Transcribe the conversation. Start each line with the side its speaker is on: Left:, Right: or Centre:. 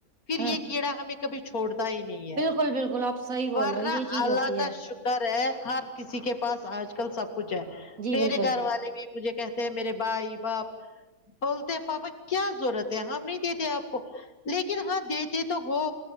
Left: پھر
Right: ہاں
Left: یہ کیڑا ہمیں کبھی چھوڑتا ہی نہیں ہے
Right: بالکل بالکل اپ صحیح بول
Left: ورنہ
Right: رہے ہو یہ چیز
Left: اللہ
Right: ہوتی
Left: کا
Right: ہے
Left: شکر ہے ہر کسی کے پاس آج کل سب کچھ ہے
Right: جی
Left: میرے
Right: بالکل
Left: گھر والے بھی مجھے کہتے ہیں میرے بھائی باپ بولتے ہیں پاپا کیا ضرورت ہے ہم نہیں دیتے آپ کو لیکن ہاں دیتے تو ہو